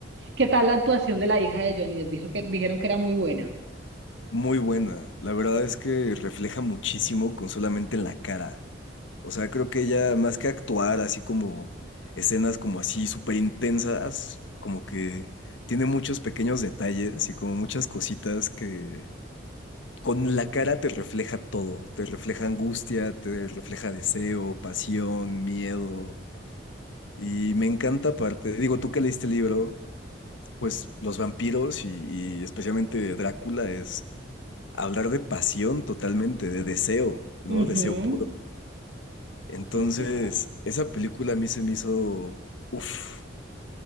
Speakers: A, on the right (about 70°); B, on the left (about 80°).
A: ¿Qué tal la actuación de la hija de Johnny Depp? Dijo que, dijeron que era muy buena.
B: muy buena. La verdad es que refleja muchísimo con solamente en la cara. O sea, creo que ella, más que actuar así como escenas como así súper intensas, como que tiene muchos pequeños detalles y como muchas cositas que con la cara te refleja todo. Te refleja angustia, te refleja deseo, pasión, miedo. Y me encanta aparte, digo, tú que leíste el libro, pues los vampiros y, y especialmente Drácula es hablar de pasión totalmente, de deseo, ¿no?
A: Ujú.
B: Deseo puro. Entonces,
A: Sí, total.
B: esa película a mí se me hizo, uff,